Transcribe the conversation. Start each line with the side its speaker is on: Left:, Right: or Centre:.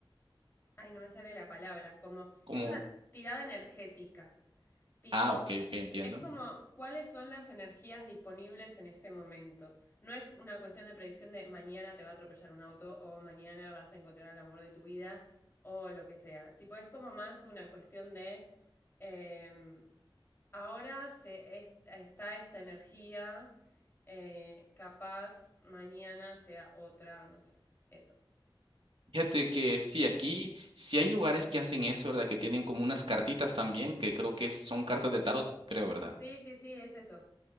Left: Ay, no me sale la palabra, como...
Right: Como,
Left: Es una tirada energética. Tipo,
Right: ah, ok, ok, entiendo.
Left: es como cuáles son las energías disponibles en este momento. No es una cuestión de predicción de mañana te va a atropellar un auto o mañana vas a encontrar el amor de tu vida o lo que sea. Tipo, es como más una cuestión de em, ahora se es- está esta energía, eh, capaz mañana sea otra, no sé. Eso.
Right: Fíjate que sí, aquí sí hay lugares que hacen eso, ¿verdad? Que tienen como unas cartitas también, que creo que son cartas de tarot, creo, ¿verdad?
Left: Sí, sí, sí, es eso.